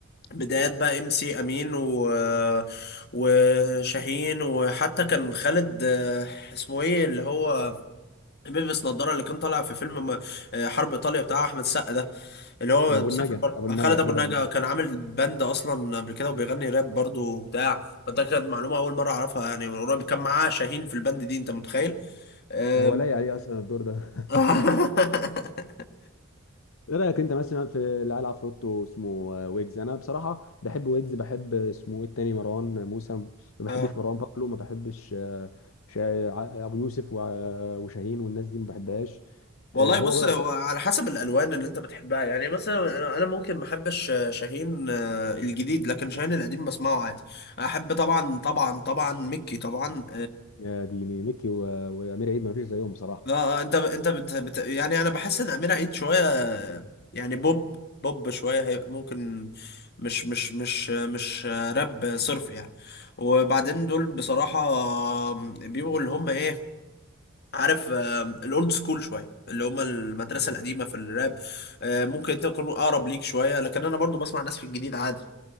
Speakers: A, on the left; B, on the left.
A: بدايات بقى ام سي امين و وشاهين وحتى كان خالد آه، اسمه ايه اللي هو بيلبس نظارة اللي كان طالع في فيلم م- آه، حرب إيطاليا بتاع أحمد السقا ده اللي هو
B: يعني ابو
A: مسافر
B: النجا
A: بره
B: ابو النجا
A: خالد
B: خالد
A: أبو النجا
B: ابو النجا
A: كان عامل باند أصلا قبل كده وبيغني راب برضه وبتاع فده كانت معلومة أول مرة أعرفها يعني من قريب كان معاه شاهين في الباند دي أنت متخيل؟ آم.
B: ده هو لايق عليه اصلا الدور ده
A: <laughs>
B: <laughs> ايه رايك انت مثلا في العيال عفروتو اسمه ويجز انا بصراحه بحب ويجز بحب اسمه ايه التاني مروان موسى ما بحبش
A: اه
B: مروان بابلو ما بحبش آه، شا- ابو يوسف وع- وشاهين والناس دي ما بحبهاش
A: والله
B: آه، هو
A: بص
B: بقى
A: هو على حسب الالوان اللي انت بتحبها يعني مثلا انا أنا ممكن ما احبش شاهين آه، الجديد لكن شاهين القديم بسمعه عادي احب طبعا طبعا طبعا ميكي طبعا
B: يا ديني ميكي و... وامير عيد ما فيش زيهم بصراحه
A: اه آه، انت انت بت... بت... يعني انا بحس ان امير عيد شويه يعني بوب بوب شويه هي ممكن مش مش مش مش راب صرف يعني وبعدين دول بصراحه بيبقوا اللي هم ايه عارف آه، الاولد سكول شويه اللي هم المدرسه القديمه في الراب آه، ممكن انت تكون اقرب ليك شويه لكن انا برضو بسمع ناس في الجديد عادي